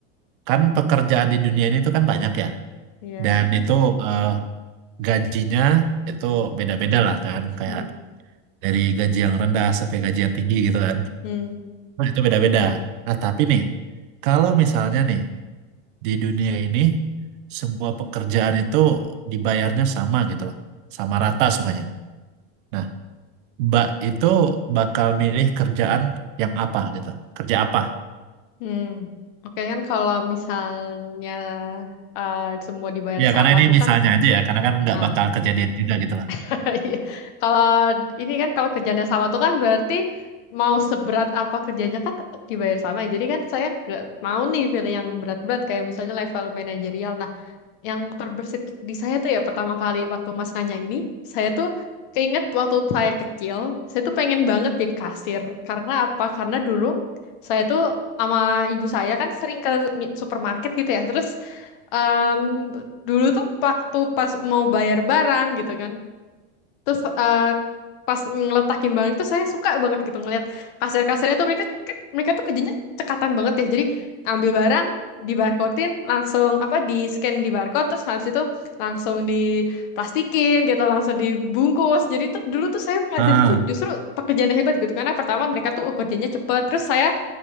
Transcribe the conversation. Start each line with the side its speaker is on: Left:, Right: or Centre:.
Right: Kan pekerjaan di dunia ini itu kan banyak ya,
Left: Iya.
Right: dan itu eh, gajinya itu beda-beda lah kan, kayak
Left: Mm-mm.
Right: dari gaji yang rendah sampai gaji yang tinggi gitu kan.
Left: Hmm.
Right: Nah, itu beda-beda. Nah, tapi nih, kalau misalnya nih di dunia ini semua pekerjaan itu dibayarnya sama gitu loh, sama rata semuanya. Nah, Mbak itu bakal milih kerjaan yang apa gitu, kerja apa?
Left: Hmm. Oke kan kalau misalnya uh, semua dibayar
Right: Ya
Left: sama
Right: karena ini
Left: tuh
Right: misalnya
Left: kan.
Right: aja ya, karena kan nggak
Left: Ah,
Right: bakal kejadian juga gitu loh.
Left: <laughs> iya. Kalau ini kan kalau kerjanya sama tuh kan berarti mau seberat apa kerjanya kan tetap dibayar sama. ya. Jadi kan saya nggak mau nih pilih yang berat-berat kayak misalnya level manajerial. Nah, Yang terbersit di saya tuh ya pertama kali waktu Mas nanya ini, saya tuh keinget waktu saya kecil, saya tuh pengen banget jadi kasir. Karena apa? Karena dulu saya tuh sama ibu saya kan sering ke mi- supermarket gitu ya. Terus em, dulu tuh waktu pas mau bayar barang gitu kan, terus eh, pas ngeletakin barang itu saya suka banget gitu ngeliat kasir-kasirnya tuh mereka ke- mereka tuh kerjanya cekatan banget ya jadi ambil barang di langsung apa di scan di barcode terus habis itu langsung diplastikin gitu langsung dibungkus jadi tuh dulu tuh saya ngeliat
Right: Ah,
Left: itu tuh justru pekerjaannya hebat gitu karena pertama mereka tuh kerjanya cepet terus saya